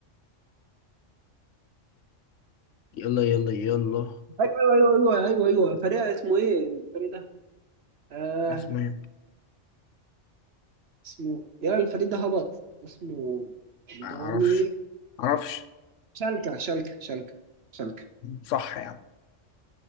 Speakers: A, on the left; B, on the right.
A: يلا يلا يلا
B: ايوه ايوه ايوه ايوه فريق اسمه ايه الفريق ده؟ آه
A: اسمها ايه؟
B: اسمه يلا الفريق ده هبط اسمه
A: معرفش
B: دوني
A: معرفش
B: شالكة شالكة شالكة شالكة
A: صح يا عم